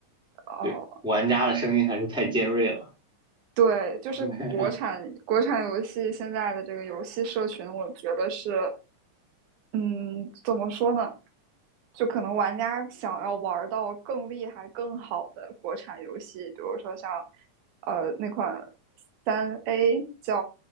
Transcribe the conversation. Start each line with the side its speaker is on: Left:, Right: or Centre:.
Right: 哦，
Centre: 对，玩家的声音还是太尖锐了。
Right: 对，就是国产国产游戏现在的这个游戏社群，
Centre: <laughs>
Right: 我觉得是，嗯，怎么说呢？就可能玩家想要玩到更厉害、更好的国产游戏，比如说像呃那款三 A 叫